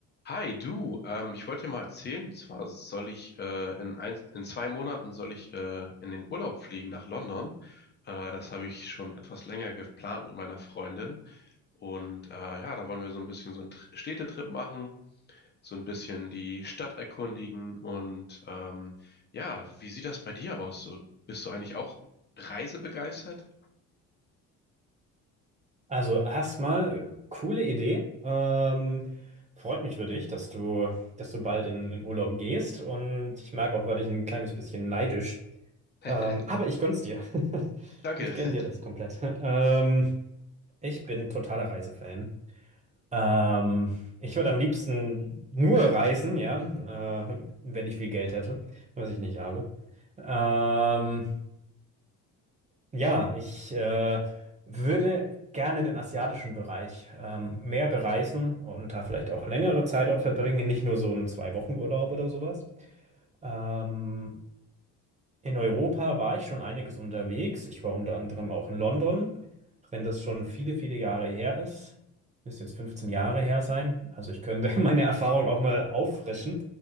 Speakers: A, on the left; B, on the right.
A: Hi, du, ähm, ich wollte dir mal erzählen, und zwar soll ich äh, in ein, in zwei Monaten soll ich äh, in den Urlaub fliegen nach London. Äh, das habe ich schon etwas länger geplant mit meiner Freundin. Und äh, ja, da wollen wir so ein bisschen so einen Tr- Städtetrip machen, so ein bisschen die Stadt erkundigen. Und ähm, ja, wie sieht das bei dir aus? So, bist du eigentlich auch reisebegeistert?
B: Also erstmal coole Idee. Ähm, freut mich für dich, dass du, dass du bald in, in Urlaub gehst. Und ich merke auch, werde ich ein kleines bisschen neidisch.
A: <laughs>
B: Ähm, aber ich gönn's dir. <laughs>
A: Danke.
B: Ich gönn
A: <laughs>
B: dir das komplett. Ähm, ich bin totaler Reisefan. Ähm, ich würde am liebsten nur reisen, ja, äh, wenn ich viel Geld hätte, was ich nicht habe. Ähm, ja, ich äh, würde gerne den asiatischen Bereich ähm, mehr bereisen und da vielleicht auch längere Zeit dort verbringen, nicht nur so einen Zwei-Wochen-Urlaub oder sowas. Ähm, in Europa war ich schon einiges unterwegs. Ich war unter anderem auch in London, auch wenn das schon viele, viele Jahre her ist. Müsste jetzt 15 Jahre her sein. Also ich könnte <laughs> meine Erfahrung auch mal auffrischen.